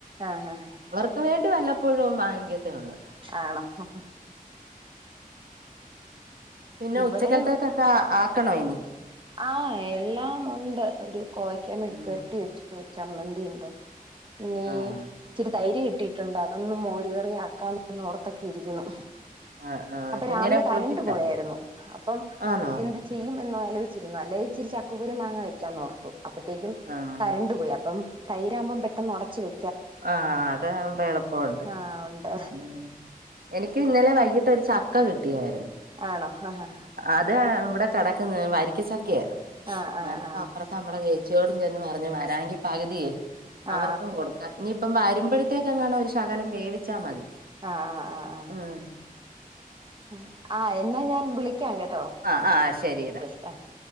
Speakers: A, on the right; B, on the right.
A: ആഹ് ഹ ഹ.
B: ക്ക് വേണ്ടി വല്ലപ്പോഴും വാങ്ങിക്കത്തേ ഒള്ള്.
A: ആണോ?
B: പിന്നെ
A: ഇവിടെയും
B: ഉച്ചക്കലത്തേക്കൊക്കെ ആക്കണം ഇനി.
A: ആഹ് എല്ലാമൊണ്ട് ഒരു കോയക്ക മെഴുക്കു
B: ആഹ്
A: വരട്ടി വെച്ചു. ചമ്മന്തി ഉണ്ട് ഇനീ
B: ആഹ്
A: ഇച്ചിരി തൈര് കിട്ടിയിട്ടുണ്ട്. അതൊന്ന് മോരുകറി ആക്കാം എന്ന് ഓർത്തൊക്കെ ഇരിക്ക്‌ന്നു.
B: ആഹ് ആഹ്
A: അപ്പൊ
B: കുഞ്ഞിനെ
A: രാവിലെ
B: കുളിപ്പിച്ചോ?
A: കരണ്ട് പോയാരുന്നു അപ്പം
B: ആന്നോ?
A: എന്ത് ചെയ്യും എന്നാലോയിച്ചിരുന്നു അല്ലേ ഇച്ചിരി ചക്കക്കുരൂം മാങ്ങ വെയ്ക്കാന്നോർത്തു. അപ്പത്തേക്കും
B: ആഹ്
A: കരണ്ട് പോയി അപ്പം തൈര് ആമ്പം പെട്ടെന്ന് ഉടച്ച് വെ
B: ആഹ് അതാകുമ്പ എളുപ്പവുണ്ട്.
A: ആ ഉണ്ട്
B: ഉം എനിക്ക് ഇന്നലെ വൈകിട്ടൊരു ച ക്ക കിട്ടിയാരുന്നു.
A: ആണോ ഹ ഹ ഹാ
B: അതെ ഇവിടെ കെടക്കുന്ന് വരിക്കച്ചക്കയ
A: ആ ആ
B: ഞാനിപ്പോ
A: ആ
B: അപ്പറ ത്തമ്മടെ ചേച്ചിയോടും ചെന്ന് പറഞ്ഞ് വരാം എങ്കി പകുതിയേ
A: ആ
B: അവർക്കും
A: ആ
B: കൊടു ഇനിയിപ്പം വരുമ്പോഴത്തേക്ക്‌ എങ്ങാണോ ഒരു ശകലം വേവിച്ച മതി.
A: ആഹ് ആഹ് ആഹ്
B: ഉം
A: ആഹ് ആഹ് എന്നാ ഞാൻ വിളിക്കാം കേട്ടോ.
B: ആഹ് ആഹ് ശരി ഡാ.
A: ആഹ്